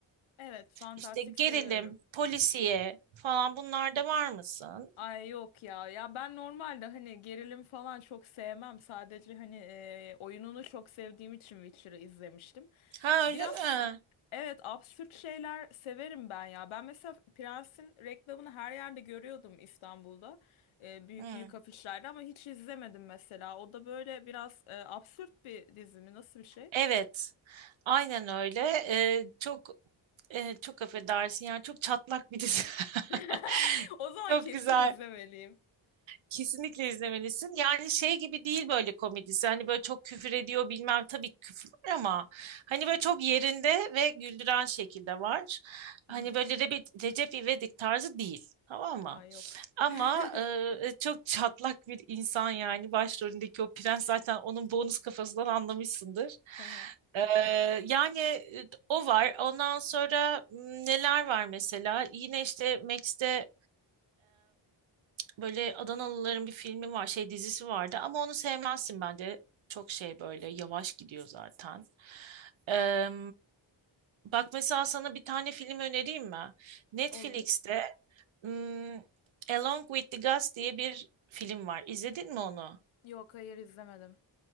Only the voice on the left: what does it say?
Evet, fantastik
seviyorum.
Ay yok ya. Ya ben normalde hani gerilim falan çok sevmem. Sadece hani e, oyununu çok sevdiğim için Witcher'ı izlemiştim.
Biraz
evet absürt şeyler severim ben ya. Ben mesela Prens'in reklamını her yerde görüyordum İstanbul'da. E, büyük
büyük afişlerde ama hiç izlemedim mesela. O da böyle biraz e, absürt bir dizi mi? Nasıl bir şey?
<laughs>
O zaman
kesin
izlemeliyim.
Hı
hı.
Ay yok.
<laughs>
Hı hı.
Olur.
Yok hayır izlemedim.